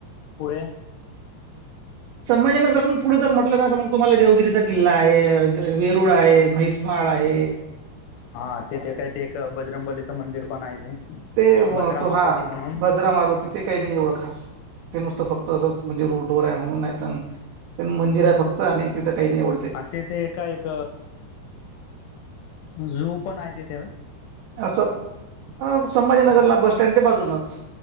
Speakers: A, on the left; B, on the right.
A: पुढे.
B: संमभाजी नागरून पुढे जर म्हटलं ना तर मग तुम्हाला देवगिरीचा किल्ला आहे, वेरुळ आहे, म्हैसमाळ आहे.
A: हा तेिथे काही ते एक बजरंगलीचं मंदिर पण आहे ते.
B: ते
A: भद्रा
B: तू
A: मारुती
B: हा
A: म्हणून
B: ब प्रहार होती ते काही नाही एवढं खास ते नुसतं फक्त असंच म्हणजे रूटवर आहे म्हणून नाही मंदिर आहे फक्त आणि तिथं काही नाही वरती.
A: तेिथे का एक जू पण आहे तेिथे.
B: असं, संभाजीनगरला बस सटँडच्या बाजूनच.